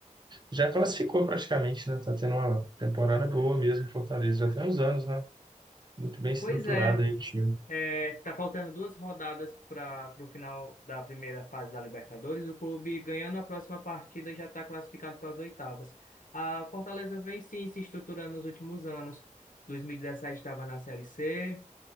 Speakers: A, on the right; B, on the left.
A: Já classificou praticamente, né? Tá tendo uma temporada boa mesmo em Fortaleza. Já tem uns anos, né? Muito bem estruturado
B: Pois é,
A: aí o time.
B: É, tá faltando duas rodadas para o final da primeira fase da Libertadores. O clube ganhando a próxima partida já está classificado para as oitavas. A Fortaleza vem sim se estruturando nos últimos anos. 2017 estava na Série C,